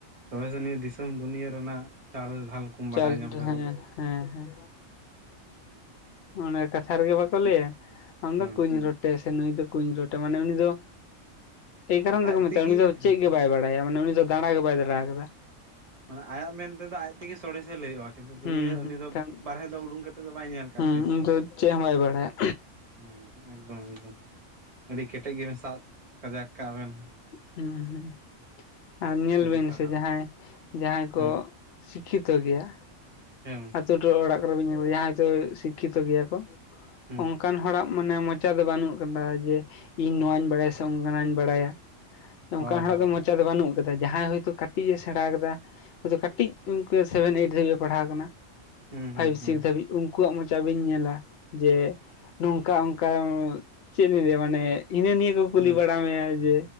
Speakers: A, on the right (about 30°); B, on the left (about 60°).
A: ᱛᱚᱵᱮ ᱥᱮ ᱱᱤᱭᱟᱹ ᱫᱤᱥᱚᱢ ᱫᱩᱱᱤᱭᱟᱹ ᱨᱮᱱᱟᱜ ᱪᱟᱞ ᱰᱷᱟᱞ ᱠᱚᱢ
B: ᱪᱟᱞ
A: ᱵᱟᱰᱟᱭ ᱧᱟᱢ
B: ᱰᱷᱟ
A: ᱫᱟᱲᱮᱭᱟᱜᱼᱟ
B: ᱦᱮᱸ ᱦᱮᱸ ᱦᱮᱸ᱾
A: ᱦᱩᱸ <unintelligible>
B: ᱚᱱᱮ ᱠᱟᱛᱷᱟ ᱨᱮᱜᱮ ᱵᱟᱠᱚ ᱞᱟᱹᱭᱟ ᱟᱢ
A: ᱦᱮᱸ
B: ᱫᱚ ᱠᱩᱧ ᱨᱚᱴᱮ ᱥᱮ ᱱᱩᱭ ᱫᱚ ᱠᱩᱧ ᱨᱚᱴᱮ ᱢᱟᱱᱮ ᱩᱱᱤ ᱫᱚ ᱮᱭ ᱠᱟᱨᱚᱱ ᱛᱮᱠᱚ
A: ᱟᱡ
B: ᱢᱮᱛᱟᱭᱼᱟ
A: ᱛᱮᱜᱮ
B: ᱩᱱᱤ ᱫᱚ
A: ᱦᱮᱸ
B: ᱪᱮᱫ ᱜᱮ ᱵᱟᱭ ᱵᱟᱲᱟᱭᱟ ᱢᱟᱱᱮ ᱩᱱᱤ ᱫᱚ ᱫᱟᱬᱟ ᱜᱮ ᱵᱟᱭ ᱫᱟᱬᱟ ᱟᱠᱟᱫᱟ᱾
A: ᱢᱟᱱᱮ ᱟᱭᱟᱜ ᱢᱮᱱᱛᱮᱫᱚ ᱟᱡ ᱛᱮᱜᱮ ᱥᱚᱨᱮᱥᱮ ᱞᱟᱹᱭᱟᱹᱜᱼᱟ᱾ ᱠᱤᱱᱛᱩ
B: ᱦᱩᱸ
A: ᱫᱩᱱᱭᱟᱹ
B: ᱦᱩᱸ
A: ᱩᱱᱤ ᱫᱚ
B: ᱠᱷᱟᱱ
A: ᱵᱟᱦᱨᱮ ᱫᱚ ᱩᱰᱩᱠ ᱠᱟᱛᱮᱜ ᱫᱚ ᱵᱟᱭ ᱧᱮᱞ ᱠᱟᱜᱼᱟ
B: ᱦᱩᱸ
A: ᱛᱤᱥ
B: ᱩᱱᱤ
A: ᱦᱚᱸ᱾
B: ᱫᱚ ᱪᱮᱫ ᱦᱚᱸ ᱵᱟᱭ ᱵᱟᱲᱟᱭᱟ
A: ᱦᱮᱸ ᱮᱠᱫᱚᱢ ᱮᱠᱫᱚᱢ ᱟᱹᱰᱤ ᱠᱮᱴᱮᱡ ᱜᱮᱵᱮᱱ ᱥᱟᱵ ᱠᱟᱡᱟᱠ ᱠᱟᱜᱼᱟ ᱵᱮᱱ᱾
B: ᱦᱮ ᱦᱸ ᱟᱨ ᱧᱮᱞ
A: ᱟᱹᱰᱤ
B: ᱵᱤᱱ
A: ᱥᱟᱨᱦᱟᱣ
B: ᱥᱮ ᱡᱟᱦᱟᱸᱭ ᱡᱟᱦᱟᱸᱭ ᱠᱚ
A: ᱦᱮᱸ
B: ᱥᱤᱠᱷᱤᱛᱚ ᱜᱮᱭᱟ
A: ᱦᱮᱸ <unintelligible>
B: ᱟᱛᱩ ᱴᱚᱞᱟ ᱚᱲᱟᱜ ᱠᱚᱨᱮ ᱵᱮᱱ ᱧᱮᱞ ᱠᱚᱣᱟ ᱡᱟᱦᱟᱸᱭ ᱛᱚ ᱥᱤᱠᱠᱷᱤᱛᱚ ᱜᱮᱭᱟ ᱠᱚ
A: ᱦᱮᱸ
B: ᱚᱱᱠᱟᱱ ᱦᱚᱲᱟᱜ- ᱢᱟᱱᱮ ᱢᱚᱪᱟ ᱫᱚ ᱵᱟᱹᱱᱩᱜ ᱟᱠᱟᱫᱟ ᱡᱮ ᱤᱧ ᱱᱚᱣᱟᱧ ᱵᱟᱲᱟᱭᱟ ᱥᱮ ᱚᱱᱠᱟᱱᱟᱜ ᱤᱧ ᱵᱟᱲᱟᱭᱟ ᱚᱱᱠᱟ
A: ᱦᱳᱭ
B: ᱦᱚᱲᱟᱜ
A: ᱦᱳᱭ
B: ᱫᱚ
A: ᱦᱳᱭ
B: ᱢᱚᱪᱟ ᱫᱚ ᱵᱟᱹᱱᱩᱜᱼᱟ ᱫᱟ ᱡᱟᱦᱟᱸᱭ ᱦᱳᱭᱛᱳ ᱠᱟᱹᱴᱤᱡ ᱮ ᱥᱮᱬᱟ ᱟᱠᱟᱫᱟᱭ ᱠᱟᱹᱴᱤᱡ ᱚᱠᱟᱹ ᱥᱮᱵᱷᱮᱱ ᱮᱭᱤᱴ ᱫᱷᱟᱹᱵᱤᱡ ᱮ ᱯᱟᱲᱦᱟᱣ ᱟᱠᱟᱱᱟ
A: ᱦᱩᱸ
B: ᱯᱷᱟᱭᱤᱵᱽ
A: ᱦᱩᱸ ᱦᱩᱸ
B: ᱥᱤᱠᱥ ᱫᱷᱟᱹᱵᱤᱡ ᱩᱱᱠᱩᱣᱟᱜ ᱢᱚᱪᱟ ᱵᱤᱧ ᱧᱮᱞᱟ ᱡᱮ ᱱᱚᱝᱠᱟ ᱚᱱᱠᱟ ᱪᱮᱫ ᱞᱤᱧ ᱞᱟᱹᱭᱟ ᱢᱟᱱᱮ ᱤᱱᱟᱹ ᱱᱤᱭᱟᱹ ᱠᱚ ᱠᱩᱞᱤ
A: ᱦᱩᱸ
B: ᱵᱟᱲᱟ ᱢᱮᱭᱟ ᱡᱮ